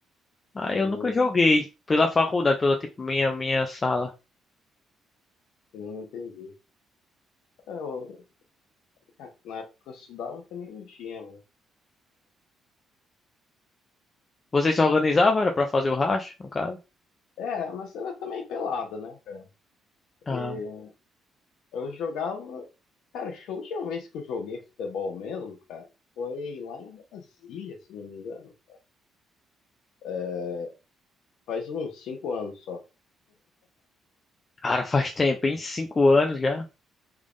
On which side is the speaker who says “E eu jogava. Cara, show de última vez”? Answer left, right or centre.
Left